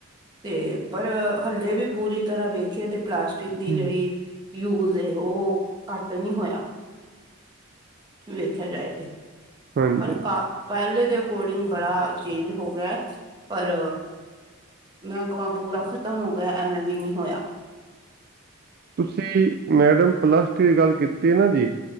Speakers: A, on the right (about 20°); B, on the right (about 45°).
A: ਤੇ ਪਰ ਹੱਲੇ ਵੀ ਪੂਰੀ ਤਰ੍ਹਾਂ ਵੇਖੀਏ ਤੇ ਪਲਾਸਟਿਕ ਦੀ
B: ਹਮ,
A: ਜਿਹੜੀ ਯੂਜ਼ ਉਹ, ਘੱਟ ਨਹੀਂ ਹੋਇਆ ਵੇਖਿਆ ਜਾਏ ਤੇ,
B: ਹਾਂਜੀ
A: ਪਰ ਕ ਪਹਿਲੇ ਦੇ ਅਕੋਰਡਿੰਗ ਬੜਾ ਚੇਂਜ ਹੋ ਗਿਆ ਹੈ, ਪਰ ਮੈਂਕਵਾਂ ਪੂਰਾ ਖ਼ਤਮ ਹੋ ਗਿਆ, ਐਵੇਂ ਵੀ ਨਹੀਂ ਹੋਇਆ
B: ਤੁਸੀਂ, ਮੈਡਮ ਪਲੱਸ ਟੂ ਦੀ ਗੱਲ ਕੀਤੀ ਹੈ ਨਾ ਜੀ